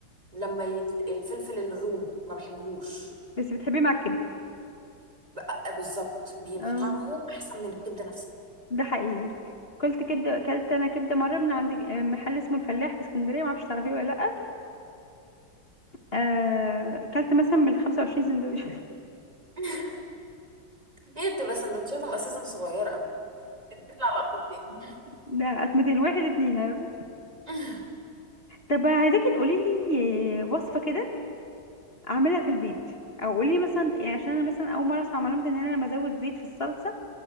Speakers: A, on the right (about 20°); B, on the left (about 35°).
A: لما يت... الفلفل الرومي ما بحبهوش
B: بس بتحبيه مع الكبده
A: بقى بالظبط بيبقى
B: آه.
A: طعمه احسن من الكبده نفسها
B: ده حقيقي كلت كبده اكلت انا كبده مره من عند آه، محل اسمه الفلاح في اسكندريه ما اعرفش تعرفيه ولا لا آه، اكلت مثلا من 25 سندوتش <laughs>
A: <laughs> هي بتبقى سندوتشاتهم اساسا صغيره قوي بتطلع لقطتين
B: لا 200 واحد اتنين عارفة؟
A: <laughs>
B: طب عايزاكي تقولي لي وصفه كده اعملها في البيت او قولي لي مثلا يعني عشان انا مثلا اول مره اسمع معلومه ان انا لما ازود زيت في الصلصه